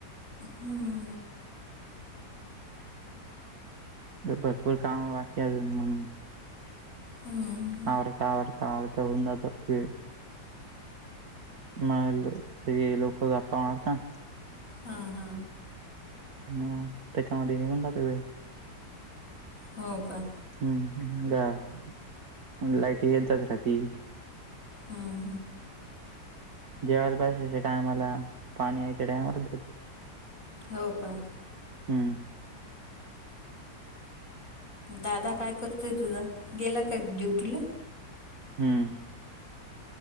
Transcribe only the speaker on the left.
हम.
हां.
हा हा.
हो का.
हा.
हो का.
दादा काय करतोय तुझा गेला काय ड्युटीला.